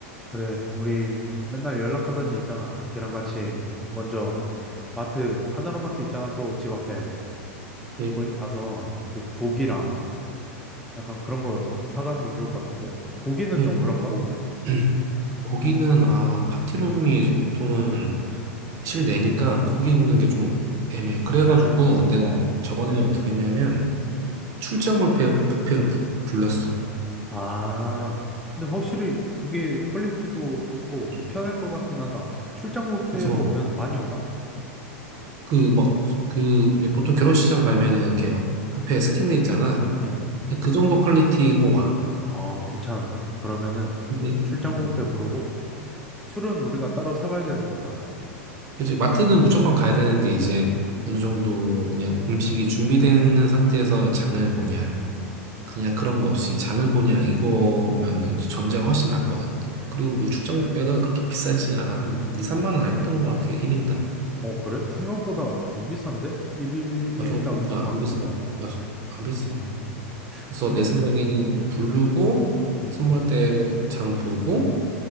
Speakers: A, in the centre; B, on the right.
A: 그래. 우리 맨날 연락하던 애 있잖아. 걔랑 같이 먼저 마트, 하나로마트 있잖아. 또 집 앞에.
B: 네,
A: 거기 가서 그 고기랑 약간 그런 거 사가는 게 좋을 것 같은데? 고기는
B: 네.
A: 좀 그런가?
B: 어, <clears throat> 고기는, 아, 파티룸이 이제 보통은 실내니까 고기
A: 음.
B: 굽는 게 좀 애매해. 그래가지고
A: 아,
B: 내가
A: 어.
B: 저번에는 어떻게 했냐면 출장 뷔페, 뷔페를 부- 불렀어.
A: 아, 근데 확실히 그게 퀄리티도 좋고
B: 음.
A: 편할 것 같긴 하다. 출장 뷔페로
B: 그래서
A: 오면 많이 오나?
B: 그 막, 그 보통 결혼식장 가면은 이렇게 막 뷔페 세팅돼 있잖아.
A: 음.
B: 그 정도 퀄리티로 와.
A: 어, 괜찮은데? 그러면은
B: 근데,
A: 출장
B: 음,
A: 뷔페
B: 음.
A: 부르고 술은 우리가 따로 사가야 되는 거잖아.
B: 그치, 마트는 무조건 가야 되는데, 이제
A: 음.
B: 어느 정도 그냥 음식이 준비되는 상태에서 장을 보냐, 그냥 그런 거 없이 장을 보냐, 이거면은 이제 전자가 훨씬 낫거든. 그리고
A: 음.
B: 그 출장 뷔페가 그렇게 비싸지가 않아. 한 2, 3만 원 안 했던 것 같아, 1인당.
A: 어, 그래? 생각보다 안 비싼데? 1일,
B: 맞아,
A: 일인당
B: 그-
A: 2,
B: 그냥
A: 3만
B: 안
A: 원이면?
B: 비싸. 맞아, 안 비싸.
A: 음.
B: 그래서
A: 그럼,
B: 내 생각에는
A: 음,
B: 부르고,
A: 음,
B: 선물 때 장 보고,